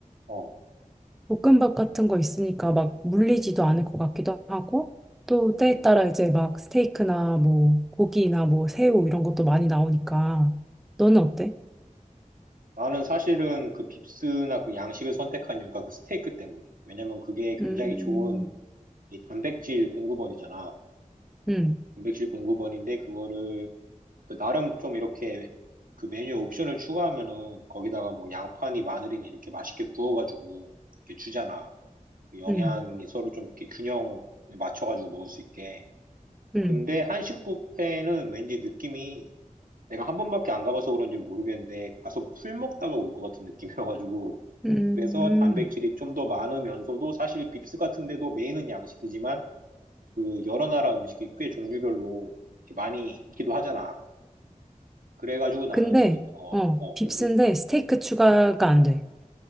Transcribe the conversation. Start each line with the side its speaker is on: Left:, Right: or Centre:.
Right: 어.
Centre: 볶음밥 같은 거 있으니까 막 물리지도 않을 것 같기도 하고 또 때에
Right: 어.
Centre: 따라 이제 막 스테이크나 뭐 고기나 뭐 새우 이런 것도 많이 나오니까 너는 어때?
Right: 나는 사실은 그 빕스나 그 양식을 선택한 이유가 그 스테이크 때문에. 왜냐면 그게
Centre: 음,
Right: 굉장히 좋은 이 단백질 공급원이잖아.
Centre: 음,
Right: 단백질 공급원인데 그거를 그 나름 좀 이렇게 그 메뉴 옵션을 추가하면은 거기다가 뭐 양파니 마늘이니 이렇게 맛있게 구워가지고 이렇게 주잖아. 그 영양이
Centre: 음,
Right: 서로 좀 이렇게 균형을 맞춰가지고 먹을 수 있게.
Centre: 음.
Right: 근데 한식 뷔페는 왠지 느낌이 내가 한 번밖에 안 가봐서 그런지 모르겠는데 가서 풀 먹다가 올 것 같은 느낌이어가지고
Centre: 음,
Right: 그래서 단백질이 좀 더 많으면서도 사실 빕스 같은 데도 메인은 양식이지만 그 여러 나라 음식이 꽤 종류별로 이렇게 많이 있기도 하잖아. 그래가지고 나는
Centre: 근데,
Right: 어,
Centre: 어,
Right: 어,
Centre: 빕스인데
Right: 근데
Centre: 스테이크 추가가 안 돼.